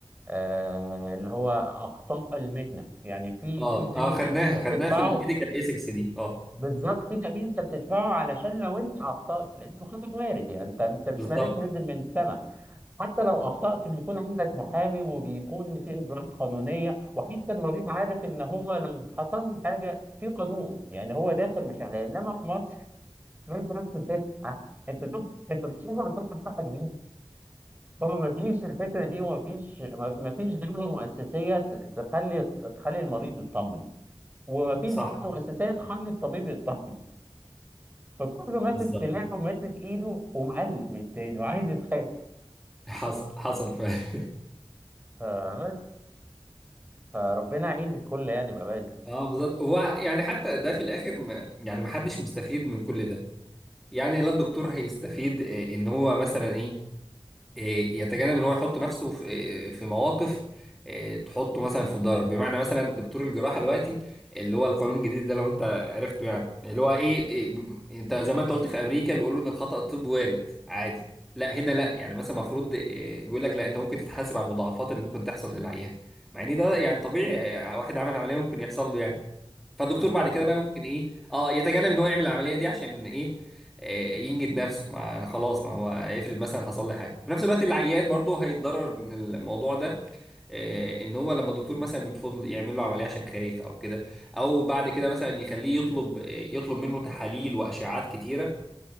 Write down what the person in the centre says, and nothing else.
اه
اه خدناها
خدناها في الميديكال ايثكس دي اه
بالظبط
صح
بالظبط
حصل حصل <laughs>
اه بالظبط هو يعني حتى ده في الاخر ما يعني ما حدش مستفيد من كل ده يعني لا الدكتور هيستفيد آه، ان هو مثلا ايه إيه، يتجنب ان هو يحط نفسه في إيه، في مواقف إيه، تحطه مثلا في ضرر بمعنى مثلا دكتور الجراحه دلوقتي اللي هو القانون الجديد ده لو انت عرفته يعني اللي هو ايه إيه، ب- انت زي ما انت قلت في امريكا بيقولوا ان الخطا الطبي وارد عادي لا هنا
لا يعني مثلا المفروض إيه، بيقول لك لا انت ممكن تتحاسب على المضاعفات اللي ممكن تحصل للعيان مع ان ده يعني طبيعي إيه، واحد عمل عمليه ممكن يحصل له يعني فالدكتور
بعد كده
بقى ممكن ايه اه يتجنب ان هو يعمل العمليه دي عشان ايه إيه، ينجد نفسه ما أنا خلاص ما هو افرض مثلا حصل لي حاجه في نفس الوقت العيان برضه هيتضرر من الموضوع ده إيه، ان هو لما الدكتور مثلا يرفض يعمل له عمليه عشان خايف او كده او بعد كده مثلا يخليه يطلب إيه، يطلب منه تحاليل واشعات كتيره